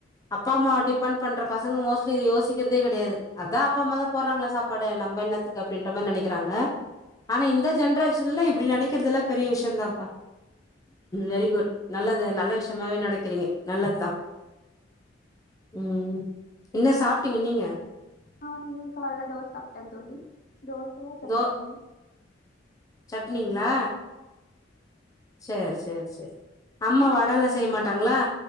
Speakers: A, on the left; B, on the left.
A: அப்பா அம்மாவை டிபெண்ட் பண்ற பசங்க மோஸ்ட்லி இது யோசிக்கிறதே கிடையாது அதான் அப்பா அம்மாதான் போடுறாங்களே சாப்பாடு நம்ம என்னத்துக்கு அப்படின்ற மாதிரி நினைக்கிறாங்க ஆனா இந்த ஜென்ரேஷன்ல இப்படி நினைக்கிறது எல்லாம் பெரிய விஷயம் தான்ப்பா வெரி குட் நல்லது நல்ல விஷயமாவே நனைக்கிறீங்க. நல்லதுதா உம் என்ன சாப்பிட்டீங்க நீங்க
B: நான் வந்து கால்ல தோச சாப்பிட்டேன் தோழி. தோச சட்னி.
A: தோ
B: <unintelligible>
A: சட்னிங்களா சரி சரி சரி அம்மா வட எல்லா செய்ய மாட்டாங்களா